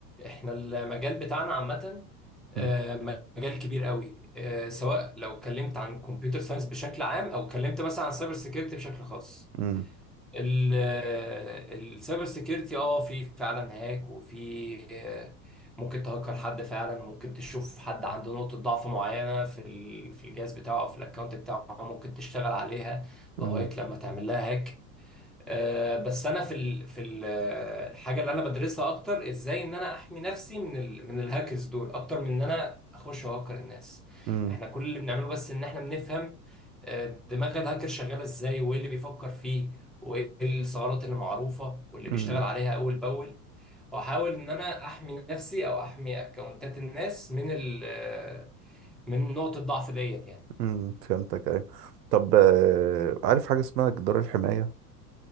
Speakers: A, in the centre; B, on the right.
A: احنا المجال بتاعنا عامة آه،
B: مم،
A: مجال كبير قوي آه، سواء لو اتكلمت عن كمبيوتر ساينس بشكل عام او اتكلمت مثلا عن سايبر سيكيورتي بشكل خاص
B: مم،
A: ال- آه، السايبر سيكيورتي اه في فعلا هاك وفي آه، ممكن تهكر حد فعلا وممكن تشوف حد عنده نقطة ضعف معينة في ال- في الجهاز بتاعه او في الاكونت بتاعه ممكن تشتغل عليها لغاية
B: مم،
A: لما تعمل لها هاك آه، بس انا في ال... في ال- آه، الحاجه اللي انا بدرسها اكتر ازاي ان انا احمي نفسي من ال... من الهاكرز دول اكتر من ان انا اخش اهكر الناس
B: مم،
A: احنا كل اللي بنعمله بس ان احنا بنفهم آه، دماغ الهاكر شغاله ازاي وايه اللي بيفكر فيه وايه الثغرات اللي معروفه واللي بيشتغل
B: مم،
A: عليها اول باول واحاول ان انا احمي نفسي او احمي اكونتات الناس من ال... آه، من نقطه الضعف ديت يعني
B: مم، فهمتك ايوه طب آه، عارف حاجة اسمها جدار الحماية